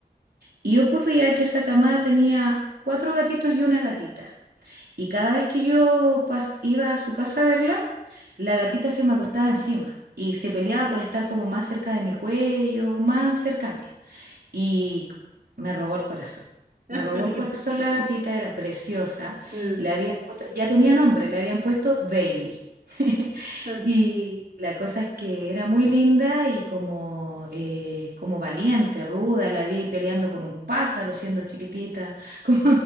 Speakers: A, on the right; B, on the right.
A: Y ocurría que esa camada tenía cuatro gatitos y una gatita. Y cada vez que yo pas- iba a su casa a verla, la gatita se me acostaba encima y se peleaba por estar como más cerca de mi cuello, más cerca mía y me robó el corazón.
B: <laughs>
A: Me robó el corazón la gatita, era preciosa.
B: Mm,
A: Le habían puesto, ya tenía nombre, le habían puesto Baby. <laughs>
B: ah,
A: Y la cosa es que era muy linda y como, eh, como valiente, ruda, la vi peleando con un pájaro siendo chiquitita, <laughs> como,